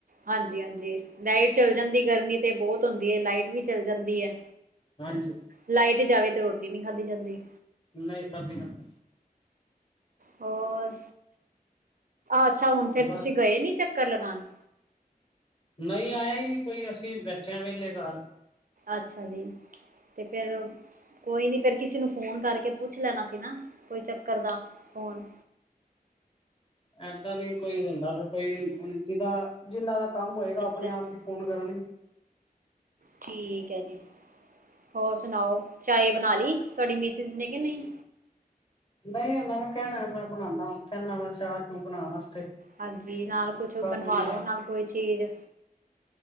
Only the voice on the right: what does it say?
ਹਾਂਜੀ- ਹਾਂਜੀ, ਲਾਈਟ ਚੱਲ ਜਾਂਦੀ, ਗਰਮੀ ਤੇ ਬੌਤ ਹੁੰਦੀ ਏ ਲਾਈਟ ਵੀ ਚੱਲ ਜਾਂਦੀ ਐ।
ਲਾਈਟ ਜਾਵੇ ਤੇ, ਰੋਟੀ ਨਈਂ ਖਾਦੀ ਜਾਂਦੀ।
ਹੋਰ, ਅੱਛਾ ਹੁਣ ਫੇਰ,
ਤੁਸੀਂ ਗਏ ਨੀ ਚੱਕਰ ਲਗਾਣ?
ਅੱਛਾ ਜੀ, ਤੇ ਫਿਰ। ਕੋਈ ਨੀ, ਫੇਰ ਕਿਸੇ ਨੂੰ ਫੋਨ ਕਰਕੇ ਪੁੱਛ ਲੈਣਾ ਸੀ, ਨਾ ਕੋਈ ਚੱਕਰ ਦਾ ਫੋਨ-
ਅੱਛਾ
ਜੀ
ਠੀਕ ਐ ਜੀ? ਹੋਰ ਸੁਨਾਓ, ਚਾਏ ਬਨਾ ਲਈ ਤੁਆਡੀ ਮਿਸਿਸ ਨੇ ਕਿ ਨਹੀ?
ਹਾਂਜੀ, ਨਾਲ ਕੁਛ
ਬਨਵਾ
ਲੋ ਨਾਲ ਕੋਈ ਚੀਜ-